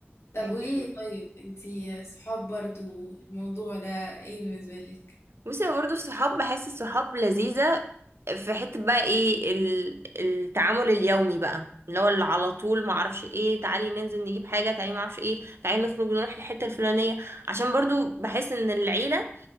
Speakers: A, on the left (about 85°); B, on the right (about 70°).
A: طب
B: ايوه
A: وايه طيب انتي صحاب برضو الموضوع ده ايه بالنسبة لك
B: بصي هو برضه الصحاب بحس الصحاب لذيذة في حتة بقى ايه ال- التعامل اليومي بقى اللي هو اللي على طول ما
A: مم،
B: اعرفش ايه تعالي ننزل نجيب حاجة تعالي ما اعرفش ايه تعالي نخرج نروح الحتة الفلانية عشان برضه بحس ان العيلة